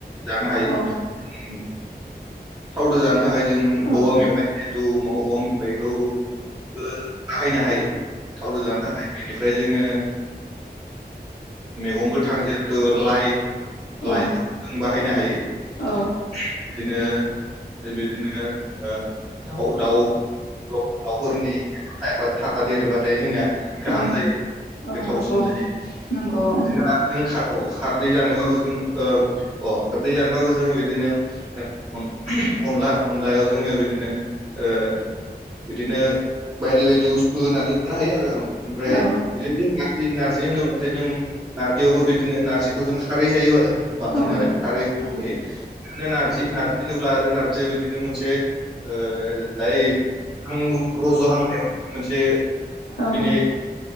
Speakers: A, on the right; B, on the left.
A: जानो हायो
B: औ
A: थावदो जानो थाखाय जों
B: औ
A: औवा मेवाइ जिहेथु औवा मेवाइखौबो बाहायनो हायो। थावदो जानो थाखाय बेनिफ्राय जोङो मैगं गोथां जिहेतु लाइ
B: औ
A: लाइफोरखौ जों बाहायनो हायो।
B: औ
A: बिदिनो बिदिनो दाउ दाउ लकेल दावफोरनि थाफा देरोबाथाय जोंना गाहाम
B: औ
A: जायो।
B: औ
A: गोथावसिन
B: नंगौ।
A: जायो
B: नंगौ
A: औ बिदिनो आरो जों औ खारदै जानोबाबो जों अ दै जानोबाबो जोंङो बिदिनो अनला अनलायाव जोङो बिदिनो ओ बिदिनो बायदि बायदि बुस्थु होनानै संनो हायो आरो ओमफ्राय
B: औ
A: बिदिनो जों नारजि नारजि होनोब्ला नाथाय जों नारजियावबो बिदिनो नारजिखौ जों खारै जायो बांसिनानो
B: औ
A: खारै होनायो
B: औ
A: बेनो नारजि नारजि होनोब्ला आरो नारजिया बिदिनो मोनसे ओ दायो नों रज'हांनायाव मोनसे
B: औ
A: बिनि